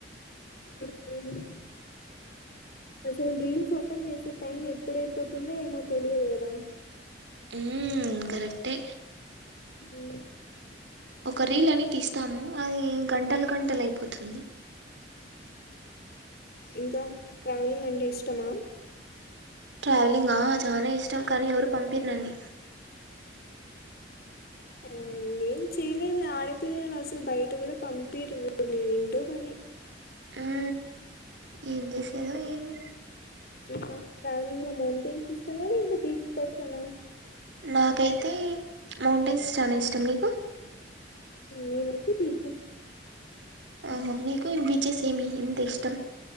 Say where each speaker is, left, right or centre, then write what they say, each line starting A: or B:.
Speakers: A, on the left (about 55°); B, on the right (about 75°).
A: హ అసలు రీల్స్ ఓపెన్ చేసే టైం ఎప్పుడైపోతుందో ఏమో తెలియదు కదా
B: ఉ కరెక్టే
A: ఉమ్
B: ఒక రీల్ అని తీస్తాము అది గంటల గంటలు అయిపోతుంది
A: ఇంకా ట్రావెలింగ్ అంటే ఇష్టమా
B: ట్రావెలింగ్ ఆ చాలానే ఇష్టం కానీ ఎవరు పంపిరు నన్నన్ని
A: ఆ నం చేలే ఆడపిల్సలు బయట కూ పంపిరుంటో మరి
B: ఆ ఏం చేసాదో ఏమి
A: ఇ ట్రావెలింగ్ నా మౌంటెన్ చస్ ఇ బీచ్ పసనా
B: నాకైతే మౌంటైన్స్ చనా ఇష్టం నీకు
A: నేనుతే బీచస్
B: ఆహా నీకు బి చ్చసేమి ఎంత ఇష్టం